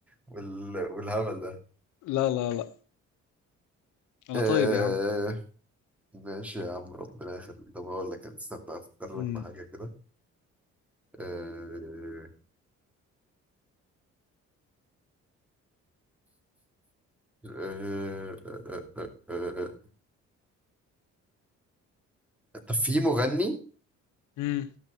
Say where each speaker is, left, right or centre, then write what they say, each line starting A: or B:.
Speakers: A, in the centre; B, on the left (about 85°).
A: وال... والهبل ده
B: لا لا لا انا
A: آه...
B: طيب يا عم
A: ماشي يا عم ربنا يخليك طب أقول لك استنى أفكر
B: امم
A: لك في حاجة كده آه... آه... آه... آه... آه... آه. طب في مغني
B: امم